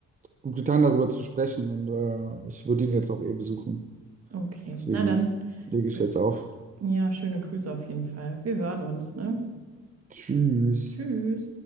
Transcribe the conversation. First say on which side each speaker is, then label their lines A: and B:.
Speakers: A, on the right; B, on the right.
A: Gut getan, darüber zu sprechen und äh, ich würde ihn jetzt auch eh besuchen.
B: Okay,
A: Deswegen
B: na dann,
A: lege ich
B: be-
A: jetzt auf.
B: ja, schöne Grüße auf jeden Fall. Wir hören uns, ne?
A: Tschüss.
B: Tschüss.